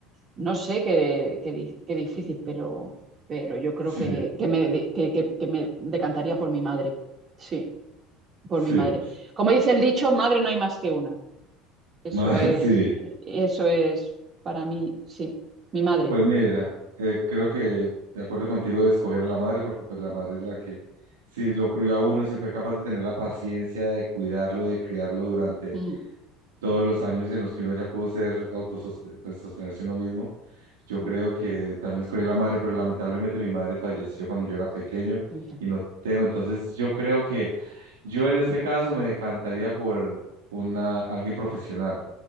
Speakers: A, on the right; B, on the right.
A: no sé qué, qué di- qué difícil, pero, pero yo creo
B: sí,
A: que, que me, de- que- que- que me decantaría por mi madre. Sí, por
B: sí.
A: mi madre. Como dice el dicho, madre no hay más que una. Eso
B: Madre,
A: es,
B: sí.
A: eso es para mí, sí, mi madre.
B: Pues mira, eh, creo que de acuerdo contigo de escoger a la madre, porque pues la madre es la que, si lo crió a uno, si fue capaz de tener la paciencia de cuidarlo, de criarlo durante
A: Mm,
B: todos los años en los que uno ya pudo ser autosostenerse pues, sostenerse uno mismo, yo
A: mm,
B: creo que también escogí a la madre, pero lamentablemente mi madre falleció cuando yo era pequeño
A: ya,
B: y no tengo, entonces yo creo que yo en este caso me decantaría por una, alguien profesional